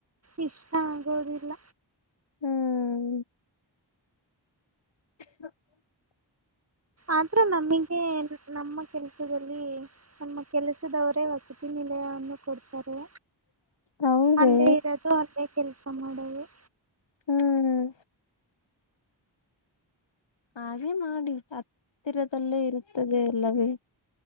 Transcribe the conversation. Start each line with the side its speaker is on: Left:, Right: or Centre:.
Right: ಇಷ್ಟ ಆಗೋದಿಲ್ಲ
Left: ಹ್ಮ್ ಹ
Right: ಆದ್ರ ನಮಗೆ ನಮ್ಮ ಕೆಲ್ಸದಲ್ಲಿ ನಮ್ಮ ಕೆಲಸದವರೇ ವಸತಿ ನಿಲಯವನ್ನು ಕೊಡ್ತಾರೆ
Left: ಹೌದೇ
Right: ಅಲ್ಲೇ ಇರೋದು ಅಲ್ಲೇ ಕೆಲ್ಸ ಮಾಡೋದು ಹ್ಮ <inaudible>
Left: ಹ್ಮ್ ಹ್ಮ್ ಹಾಗೆ ಮಾಡಿ ಹತ್ತಿರದಲ್ಲೇ ಇರುತ್ತದೆ ಅಲ್ಲವೇ